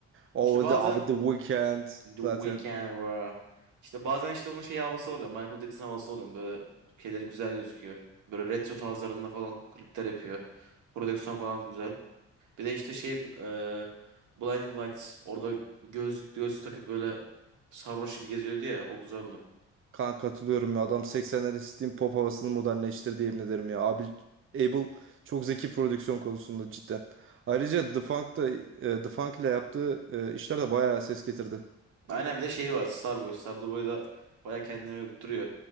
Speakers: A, on the right; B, on the right.
A: O
B: İşte bazen
A: the abi The Weeknd
B: The
A: zaten
B: Weeknd var. İşte bazen işte onun şey havası oluyor. Michael Jackson havası oluyor. Böyle şeyleri güzel gözüküyor. Böyle retro tarzlarında falan klipler yapıyor. Prodüksiyon falan güzel. Bir de işte şey e, Blinding Lights. Orada gözlük gözlük takıp böyle sarhoş gibi geziyordu ya. O güzeldi.
A: kanka katılıyorum ya. Adam 80'lerin Steam Pop havasını modernleştirdi yemin ederim ya. Abi Abel çok zeki prodüksiyon konusunda cidden. Ayrıca The Funk da e, The Funk ile yaptığı e, işler de bayağı ses getirdi.
B: Aynen bir de şey var. Starboy. Starboy da baya kendini övüttürüyor.